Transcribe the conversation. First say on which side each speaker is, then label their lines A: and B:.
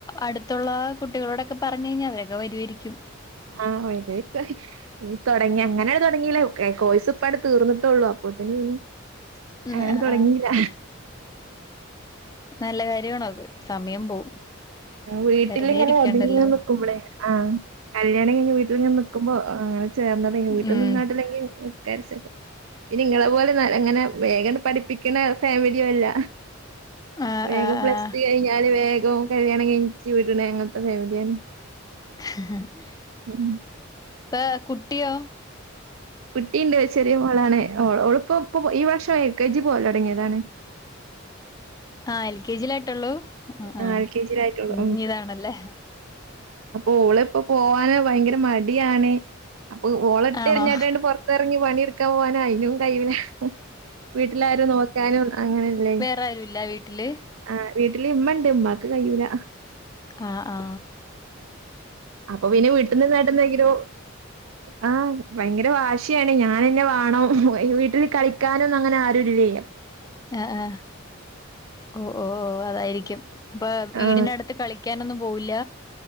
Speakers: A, on the left; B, on the right.
A: അടുത്തുള്ള കുട്ടികളോടൊക്കെ പറഞ്ഞു കഴിഞ്ഞാൽ അവരൊക്കെ വരുവായിരിക്കും
B: ആ വരു ആയിരിക്കും തുടങ്ങി അങ്ങനെ തുടങ്ങില്ല കോഴസ് ഇപ്പാ അങ്ങട് തീർന്നിട്ടുള്ളൂ അപ്പൊത്തേനും
A: ഉം
B: അങ്ങനെ
A: ആഹ്
B: തുടങ്ങിയില്ല
A: ആഹ്. നല്ല കാര്യാണത്. സമയം പോവും.
B: വീട്ടിലിങ്ങിനെ
A: വെറുതെ ഇരിക്കണ്ടല്ലോ
B: ഒതുങ്ങി നിക്കുമ്പോളെ ആഹ് കല്യാണം കഴിഞ്ഞ് വീട്ടിൽ ഇങ്ങനെ നിക്കുമ്പോ അങ്ങനെ ചേർന്നതേനു വീട്ടിൽ
A: ഉം
B: നിന്നാട്ടില്ലെങ്കിൽ <inaudible> പിന്നിങ്ങളെ പോലെ അങ്ങനെ വേഗം പഠിപ്പിക്കണ ഫാമിലിയും അല്ല
A: ആഹ്
B: വേഗം
A: ആഹ്
B: പ്ലസ്
A: ആഹ്
B: ടു കഴിഞ്ഞാല് വേഗം ഗോം കല്യാണം കഴിച്ച് വിടണ അങ്ങനത്തെ ഫാമിലിയാണ്
A: <unintelligible>
B: ഉം
A: കുട്ടിയോ
B: കുട്ടീണ്ട് ചെറിയ മോളാണ് ഓളിപ്പൊ ഇപ്പൊ ഈ വർഷം എൽ കെ ജി പോവൽ തുടങ്ങിയതാണ്
A: ആ എൽ കെ ജിയിലായിട്ടൊള്ളൂ ആ
B: ആഹ് എൽ കെ ജിയിലായിട്ടുള്ളൂ
A: കുഞ്ഞീതാണല്ലേ
B: ഓളിപ്പോ പോവാന് ഭയങ്കര മടിയാണ് അപ്പൊ ഓളെ എടുത്ത്
A: ആണോ
B: എറിഞ്ഞട്ടാണ്ട് പൊറത്തിറങ്ങി പണി എടുക്ക പോവാന് അയ്നും കയ്യൂല വീട്ടിലാരും നോക്കാനും അങ്ങനെല്ലേ
A: വേറെ ആരുല്ല വീട്ടില്
B: ആ വീട്ടില് ഇമ്മ ഉണ്ട് ഉമ്മാക്ക് കയ്യൂല
A: ആ ആ
B: അപ്പൊ പിന്നെ വീട്ടിന്ന് നിന്നിട്ടെന്തെങ്കിലും ആ ഭയങ്കര വാശ് ശിയാണ് ഞാനന്ന വാണം പോയി വീട്ടിൽ കളിക്കാനൊന്നും അങ്ങനാരും ഇല്ലേ
A: അ ആ ഓ ഓ അതായിരിക്കും. അപ്പം വീടിനടുത്ത്
B: ആഹ്
A: കളി ക്കാനൊന്നും പൊവൂല?